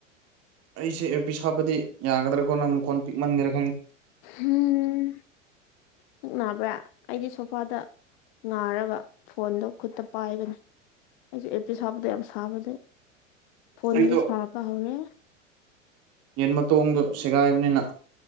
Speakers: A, on the right; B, on the left.
A: ꯑꯩꯁꯦ ꯑꯦꯔ ꯄ ꯁꯥꯕꯗꯤ ꯌꯥꯒꯗ꯭ꯔꯥꯀꯣ ꯅꯪ ꯃꯈꯣꯟ ꯄꯤꯛꯃꯟꯒꯔ
B: ꯎꯝ ꯄꯨꯛꯅꯥꯕ꯭ꯔꯥ ꯑꯩꯗꯤ ꯁ ꯏꯄꯥꯗ ꯉꯥꯔꯒ ꯐꯣꯟꯗꯣ ꯈꯨꯠꯇ ꯄꯥꯏꯕꯅꯤ ꯑꯩꯁꯨ ꯑꯦꯄꯤ ꯁꯥꯕꯗ ꯌꯥꯝ ꯁꯥꯕꯁꯩ ꯐꯣꯟꯗꯤ
A: ꯑꯩꯗꯣ
B: ꯁꯥꯔ ꯄ ꯍꯧꯔꯦ
A: ꯌꯦꯟ ꯃꯇꯣꯡꯗꯣ ꯁꯦꯒꯥꯏꯕꯅꯤꯅ